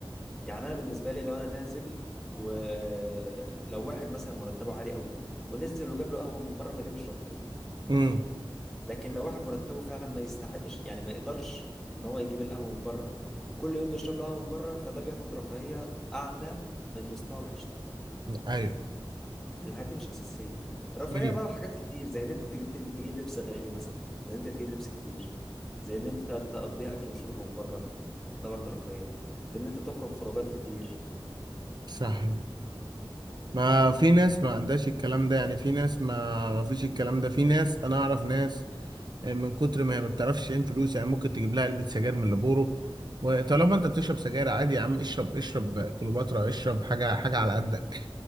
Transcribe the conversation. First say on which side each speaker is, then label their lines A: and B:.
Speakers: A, in the centre; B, on the right (about 50°).
A: يعني انا بالنسبه لي لو انا نازل ولو واحد مثلا مرتبه عالي قوي ونزل وجاب له قهوه من بره فدي مش رفاهيه
B: امم
A: لكن لو واحد مرتبه فعلا ما يستحقش يعني ما يقدرش ان هو يجيب القهوه من بره وكل يوم بيشرب له قهوه من بره فده بياخد رفاهيه اعلى من مستوى معيشته
B: ايوه
A: لان الحاجات دي مش اساسيه الرفاهيه
B: امم
A: بقى حاجات كتير زي ان انت تجيب تجيب تجيب لبس غالي مثلا زي ان انت تجيب لبس كتير زي ان انت تقضيها اكل وشرب من بره ده برضه رفاهيه زي ان انت تخرج خروجات كتير
B: صح ما في ناس ما عندهاش الكلام ده يعني في ناس ما ما فيش الكلام ده في ناس انا اعرف ناس آه، من كتر ما هي ما بتعرفش تعين فلوس يعني ممكن تجيب لها علبة سجاير من اللي وطالما انت بتشرب سجاير عادي يا عم اشرب اشرب كليوباترا اشرب حاجة حاجة على قدك